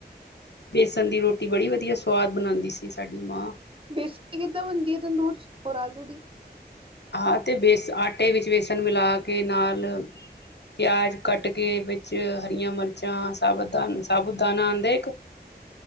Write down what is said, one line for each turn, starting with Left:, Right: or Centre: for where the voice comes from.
Left: ਬੇਸਣ ਦੀ ਰੋਟੀ ਬੜੀ ਵਧੀਆ ਸਵਾਦ ਬਣਾਉਂਦੀ ਸੀ ਸਾਡੀ ਮਾਂ
Right: ਬੇਸਣ ਕਿੱਦਾਂ ਬਣਦੀ ਹੈ ਤੰਦੂਰ ਚ ਹੋਰ ਆਲੂ ਦੀ
Left: ਹਾਂ ਤੇ ਬੇਸ ਆਟੇ ਵਿੱਚ ਬੇਸਣ ਮਿਲਾ ਕੇ ਨਾਲ ਪਿਆਜ ਕੱਟ ਕੇ ਵਿੱਚ ਹਰੀਆਂ ਮਿਰਚਾਂ ਸਾਬ ਦਾ ਸਾਬੁਤ ਦਾਾਨ ਆਉਂਦੇ ਇੱਕ